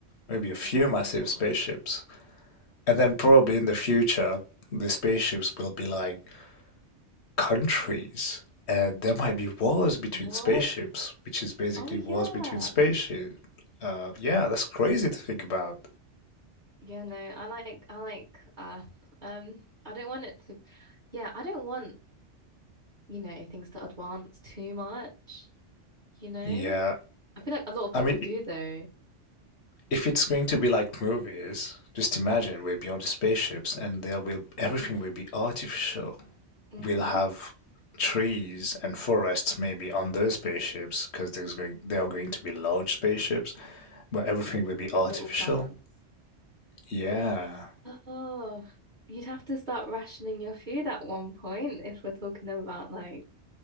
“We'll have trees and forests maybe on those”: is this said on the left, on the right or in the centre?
Left